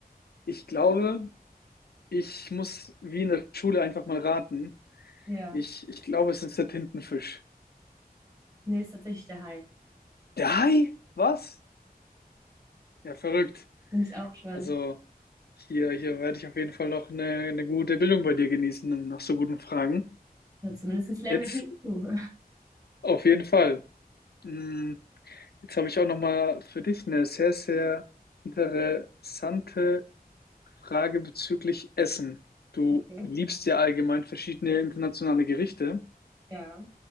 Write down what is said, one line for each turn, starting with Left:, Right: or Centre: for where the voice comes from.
Left: Ich glaube, ich muss wie in der Schule einfach mal raten.
Right: Ja.
Left: Ich, ich glaube, es ist der Tintenfisch.
Right: Nee, ist tatsächlich der Hai.
Left: Der Hai? Was? Ja, verrückt.
Right: Finde ich auch spannend.
Left: Also hier, hier werde ich auf jeden Fall noch eine, eine gute Bildung bei dir genießen und nach so guten Fragen.
Right: Na, zumindest lernen
Left: Jetzt
Right: wir viel dazu.
Left: auf jeden Fall. Mm, Jetzt habe ich auch noch mal für dich eine sehr, sehr interessante Frage bezüglich Essen. Du
Right: Okay.
Left: liebst ja allgemein verschiedene internationale Gerichte
Right: Ja.